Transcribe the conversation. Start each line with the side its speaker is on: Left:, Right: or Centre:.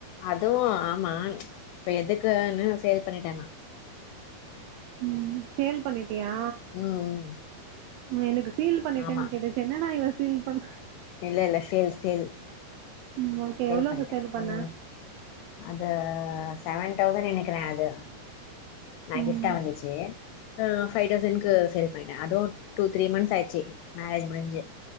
Left: அதுவு ஆமா இப்ப எதுக்குனு சேல் பண்ணிட்டே நா
Right: ம் சேல் பண்ணிட்டியா
Left: ம் ம்
Right: ம் எனக்கு சீல் பண்ணிட்டேன்
Left: ஆமா
Right: கேட்டுச்சு என்னடா இவ சீல் பண்ணா
Left: இல்ல இல்ல சேல் சேல்
Right: ம் ஓகே எவ்ளோக்கு
Left: பண்ணிட்டே
Right: சேல் பண்ண
Left: ம் அது செவன் டௌசண்ட் நினைக்கறே அது மை
Right: ம்
Left: கிஃப்டா வந்துச்சு அ ஃபைவ் தௌசண்க்கு சேல் பண்ணிட்டே அதும் டூ த்ரீ மன்த்ஸ் ஆயிர்ச்சு மேரேஜ் முடிஞ்சு